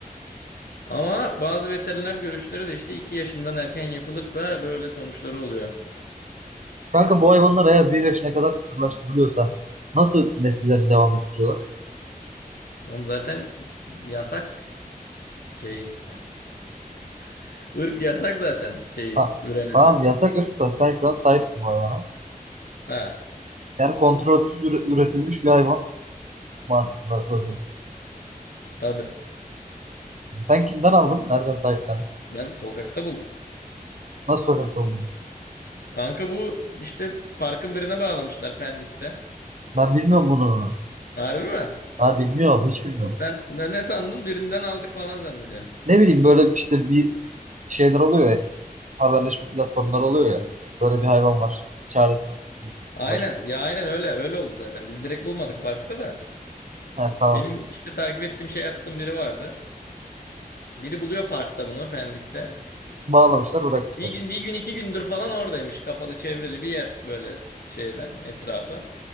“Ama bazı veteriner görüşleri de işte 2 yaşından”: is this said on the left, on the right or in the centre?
Left